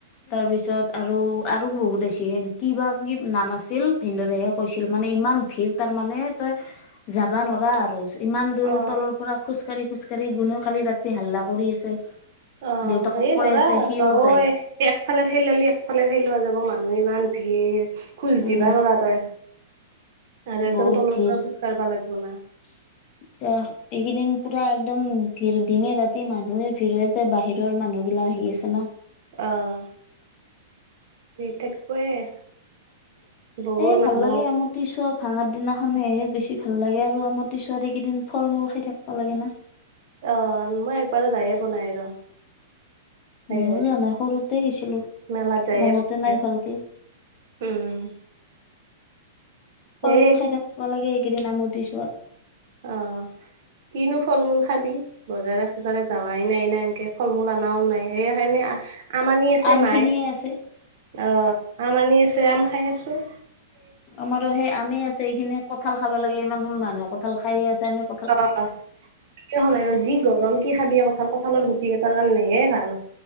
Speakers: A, on the left; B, on the right.
A: তাৰপিছত আৰু আৰু বহুত আহিছি সেনো। কিবা কি নাম আছিল ভিনদৰেহে কৈছিল মানে ইমান ভিৰ তাৰমানানে। তই যাবা নোৱাৰা আৰু। ইমান দূৰৰ
B: অ
A: তলৰ পৰা খোজকাঢ়ি। খোজ কাঢ়ি গুনে কালি ৰাতি হাল্লা কৰি আছে।
B: অ
A: দেউতাকক
B: হে
A: কৈ
B: নোৱাৰা
A: আছে
B: অপাঐ
A: সিও যায়
B: একফালে ঠে লেলি একফালে ঠে লোৱা যাব। মানুহ ইমান। ভিৰ খুজ
A: উম
B: দিবা নৰা তই। আৰু একদম
A: বহুত
B: তলৰ
A: ভিৰ
B: পৰা
A: এতিয়া
B: খোজ কাঢ়বা লাগব না
A: এইকেইদিন। পুৰা একদম দিনে-ৰাতি মানুহে ভিৰ হৈ আছে বাহিৰৰ মানুহ বিলাক আহি আছে না।
B: অহ। <unintelligible>
A: এ
B: মানুহ
A: ভাল লাগে আমাৰটো চব ভাঙাৰ দিনা- মানেহে বেছি ভাল লাগে আৰু আমাৰ ছোৱালী কেইদিন ফল-মূল খাই থাকিব লাগে না।
B: আহ মই একবাৰো যায়ে পোৱা নাই ৰ। সেয়ে
A: মইও যোৱা নাই সৰুতে গৈছিলো,
B: মেলাত যায়ে
A: মনতে
B: পোৱা
A: নাই ভালকে।
B: উম সেই
A: ফল-মূল খাই থাকিব লাগে এইকেইদিন আমত- <unintelligible> আপ
B: অ কিনো ফল-মূল খাবি বজাৰে-চজাৰে যাৱাই নাই ন এনেকে ফল-মূল অনাও নাই সে- আম আনি আছে
A: আম
B: মায়ে
A: খিনিয়ে আছে
B: অ আম আনি আছে আম- খাই আছোঁ।
A: আমাৰো সে- আমে আছে এইখিনি কঁঠাল খাব লাগে। মানুহ কঠাল খাইে আছে আ।
B: অাই ৰ যি গৰম কি খাব- <unintelligible> কঁঠাল কঁঠালৰ গুটি কেইটাৰ কাৰণে হে ভাল।